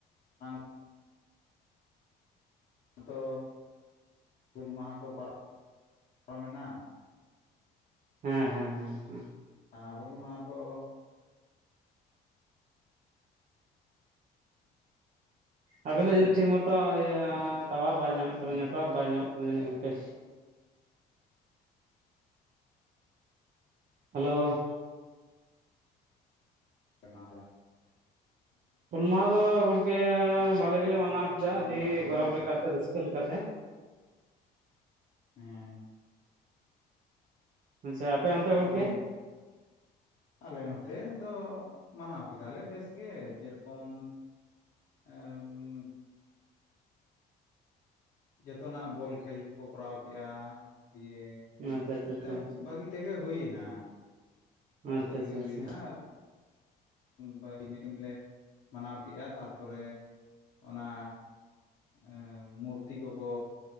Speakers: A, on the left (about 50°); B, on the right (about 50°).
A: <inaudible> ᱛᱚ ᱦᱩᱞ ᱢᱟᱦᱟ ᱠᱚ ᱯᱟᱨᱚᱢ <inaudible> ᱮᱱᱟ
B: ᱦᱮᱸ ᱦᱮᱸ ᱦᱮᱸ ᱦᱮᱸ
A: ᱟᱨ ᱦᱩᱞ ᱢᱟᱦᱟ ᱠᱚ
B: ᱟᱵᱮᱱᱟᱜ ᱡᱟᱹᱱᱤᱡ ᱴᱷᱤᱠ ᱢᱚᱛᱚ ᱤᱭᱟᱹ ᱴᱟᱣᱟᱨ ᱵᱟᱭ ᱧᱟᱢᱮᱫ ᱛᱟᱵᱮᱱ ᱱᱮᱴᱚᱣᱟᱨᱠ ᱵᱟᱭ ᱧᱟᱢᱮᱫ ᱛᱟᱵᱮᱱ ᱡᱟᱹᱱᱤᱡ ᱜᱚᱢᱠᱮ ᱦᱮᱞᱳ
A: <inaudible>
B: ᱦᱩᱞ ᱢᱟᱦᱟ ᱫᱚ ᱜᱚᱢᱠᱮ ᱵᱷᱟᱞᱮ ᱜᱮᱞᱮ ᱢᱟᱱᱟᱣ ᱠᱮᱫᱟ
A: ᱦᱳᱭ
B: ᱟᱹᱰᱤ
A: ᱱᱚᱣᱟ ᱯᱨᱚᱵᱞᱮᱢ
B: ᱜᱚᱨᱚᱵᱽ
A: ᱮᱫᱟ
B: ᱞᱮᱠᱟᱛᱮ ᱨᱟᱹᱥᱠᱟᱹ ᱞᱮᱠᱟᱛᱮ
A: ᱦᱮᱸ
B: ᱟᱪᱪᱷᱟ ᱟᱯᱮ
A: ᱪᱮᱫ
B: ᱚᱱᱛᱮ
A: ᱠᱚᱯᱮ
B: ᱜᱚᱢᱠᱮ
A: ᱟᱞᱮ ᱱᱚᱛᱮ ᱫᱚ ᱢᱟᱱᱟᱣ ᱠᱮᱫᱟ ᱞᱮ ᱵᱮᱥ ᱜᱮ‌ ᱡᱮᱨᱚᱠᱚᱢ ᱮᱢ ᱡᱚᱛᱚᱱᱟᱜ ᱵᱚᱞ ᱠᱷᱮᱞ ᱠᱚᱠᱚ ᱠᱚᱨᱟᱣ ᱠᱮᱜ‌ᱼᱟ ᱫᱤᱭᱮ
B: ᱟᱪᱪᱷᱟ ᱟᱪᱪᱷᱟ ᱟᱪᱪᱷᱟ
A: ᱚᱱᱮ ᱵᱷᱟᱹᱜᱤ ᱛᱮᱜᱮ ᱦᱩᱭᱱᱟ ᱵᱦᱟᱜᱤ
B: ᱟᱪᱪᱷᱟ
A: ᱛᱮᱜᱮ
B: ᱟᱪᱪᱷᱟ
A: ᱦᱩᱭᱱᱟ
B: ᱟᱪᱪᱷᱟ
A: ᱵᱟ ᱢᱤ ᱫᱤᱱ ᱞᱮ ᱢᱟᱱᱟᱣ ᱠᱮᱜᱼᱟ ᱛᱟᱨᱯᱚᱨᱮ ᱚᱱᱟ ᱮ ᱢᱩᱨᱛᱤ ᱠᱚᱠᱚ